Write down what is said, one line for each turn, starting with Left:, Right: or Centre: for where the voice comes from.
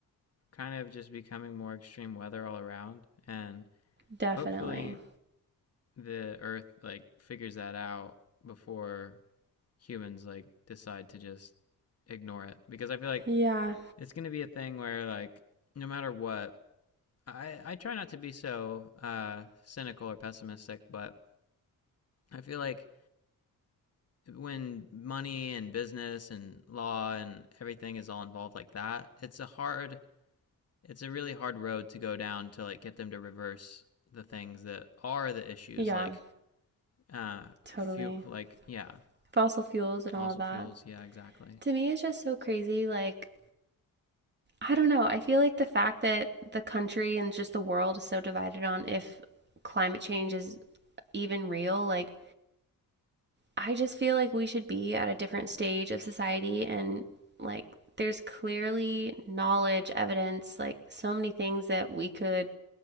Left: kind of just becoming more extreme weather all around and
Right: Definitely.
Left: hopefully the earth like figures that out before humans like decide to just ignore it because I feel like
Right: Yeah.
Left: it's going to be a thing where like no matter what i i try not to be so uh cynical or pessimistic but i feel like when money and business and law and everything is all involved like that it's a hard it's a really hard road to go down to like get them to reverse the things that are the issues
Right: Yeah,
Left: like uh
Right: totally.
Left: fuel like yeah
Right: Fossil fuels and
Left: fossil
Right: all of that.
Left: fuels yeah exactly
Right: To me it's just so crazy like I don't know. I feel like the fact that the country and just the world is so divided on if climate change is even real, like I just feel like we should be at a different stage of society and like there's clearly knowledge, evidence, like so many things that we could,